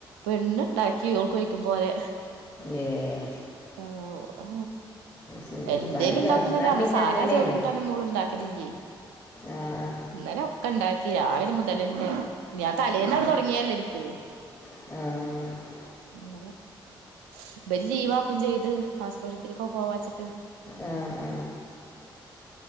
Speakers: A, on the right (about 85°); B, on the left (about 20°).
A: പെണ്ണ്ണ്ടാക്കി ഓൾക്ക് വെയ്കുംപോലെ.
B: ഏഹ്.
A: ആഹ്, ഓ
B: ശരി
A: എന്തേലും
B: പനി
A: ഉണ്ടാക്കുന്നല്ലാ
B: വന്നാ
A: നമ്മളെ
B: പിന്നെ
A: സാധാ
B: അങ്ങനെയാണ്
A: ചോറും കൂട്ട ന്നോളൊന്നും ഉണ്ടാക്കലില്ലേ?
B: ആ ആ
A: ഇന്നലെ ഒക്കെ ഇണ്ടാക്കി രാവിലെ മുതലന്നെ ഞാൻ തലേന്നാണ്ട് തുടങ്ങിയല്ലേ എനിക്ക്.
B: ആഹ്..
A: അങ്ങനെ ഇവര് ലീവാക്കും ചെയ്ത് ആസ്പർത്രിക്ക് പോവാച്ചി ട്ട്
B: ആ ആ